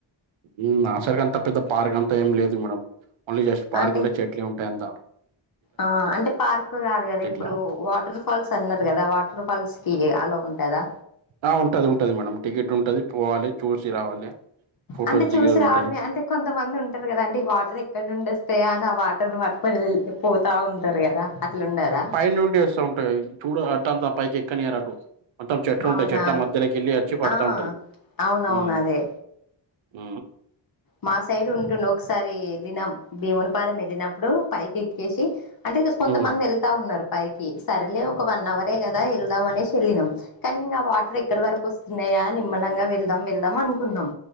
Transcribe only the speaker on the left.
అంటే
ఆ అంటే పార్క్ కాదు కదా ఇప్పుడూ
వాటర్ ఫాల్స్ అన్నారు కదా వాటర్ ఫాల్స్ కి అలో ఉంటదా
అంటే
చూసి రావడమే
అంటే కొంతమంది ఉంటరు కదా అంటే ఈ వాటర్ ఎక్కడ నుండి వస్తయా అని ఆ వాటర్ను పట్టుకొ కొన్ని పోతా ఉంటరు కదా అట్లుండదా
అవునా
ఆ
అవునవును
అదే
మా సైడు ఉంటుండు ఒకసారీ వెళ్ళినాం భీముని పాదం వెళ్ళినప్పుడూ పైకి ఎక్కేసి అంటే ఈరోజు కొంతమంది
వెళ్తా ఉన్నరు పైకి సర్లే ఒక వన్ అవరే కదా వెళ్దాం అనేసి వెళ్ళినాం కానీ ఇంగా వాటర్ ఎక్కడి వరకు వస్తున్నాయా నిమ్మలంగా వెళ్దాం వెళ్దాం అనుకున్నాం